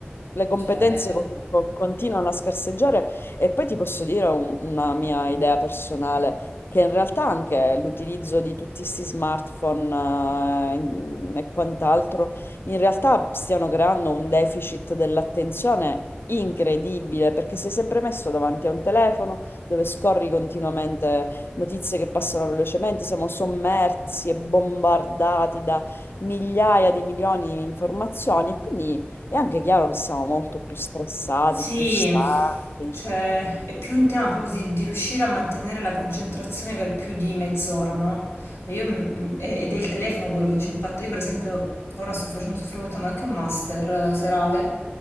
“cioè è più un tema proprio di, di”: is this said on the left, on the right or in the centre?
Left